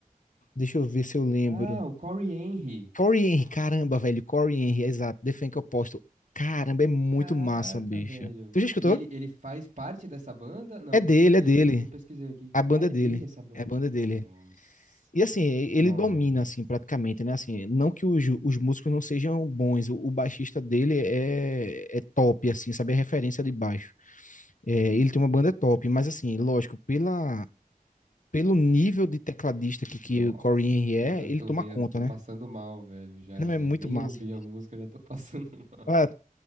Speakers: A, on the left; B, on the right.
A: Deixa eu ver se eu lembro.
B: Ah, o Corey Henry.
A: Corey Henry, caramba, velho. Corey Henry, exato. The Funk Oposto. Caramba, é muito
B: Caraca,
A: massa, bicho.
B: velho.
A: Tu já escutou?
B: E ele, ele faz parte dessa banda? Não,
A: É dele,
B: não escutei,
A: é dele.
B: eu tô pesquisei aqui.
A: A banda
B: Ah, é
A: é dele.
B: dele essa banda?
A: É a banda
B: Nossa.
A: é dele. E assim, ele
B: Nossa.
A: domina, assim, praticamente, né? Assim, não que os, os músicos não sejam bons. O, o baixista dele é, é top, assim, sabe? É referência de baixo. É, ele tem uma banda top, mas assim, lógico, pela, pelo nível de tecladista que, que
B: Nossa.
A: o Corey Henry é,
B: Eu já
A: ele
B: tô
A: toma
B: vendo,
A: conta,
B: eu tô
A: né?
B: passando mal, velho, já,
A: Não,
B: velho.
A: é muito
B: Nem
A: massa.
B: ouvi a música, já tô passando <laughs> mal.
A: Ah,